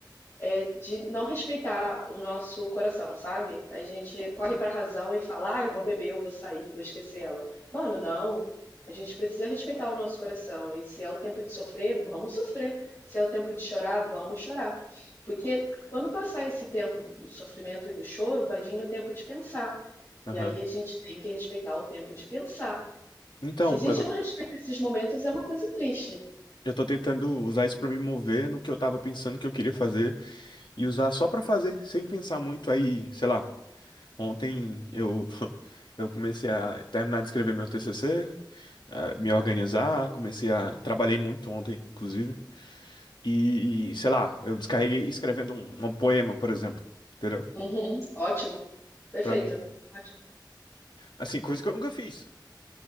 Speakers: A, on the left; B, on the left.
A: é de não respeitar o nosso coração, sabe? A gente corre pra razão e fala, ah, eu vou beber, eu vou sair, vou esquecer ela. Mano, não. A gente precisa respeitar o nosso coração. E se é o tempo de sofrer, vamos sofrer. Se é o tempo de chorar, vamos chorar. Porque quando passar esse tempo do sofrimento e do choro, vai vir o tempo de pensar.
B: Aham.
A: E aí a gente tem que respeitar o tempo de pensar.
B: Então,
A: Se a gente
B: eu,
A: não respeita esses momentos, é uma coisa triste.
B: eu tô tentando usar isso pra me mover no que eu tava pensando que eu queria fazer. e usar só pra fazer, sem pensar muito. Aí, sei lá, ontem eu <laughs> eu comecei a terminar de escrever meu TCC, a me organizar, comecei a trabalhei muito ontem, inclusive. E, sei lá, eu descarreguei escrevendo um, um poema, por exemplo, entendeu?
A: Uhum, Ótimo, perfeito.
B: Pra não,
A: Ótimo.
B: assim, coisa que eu nunca fiz.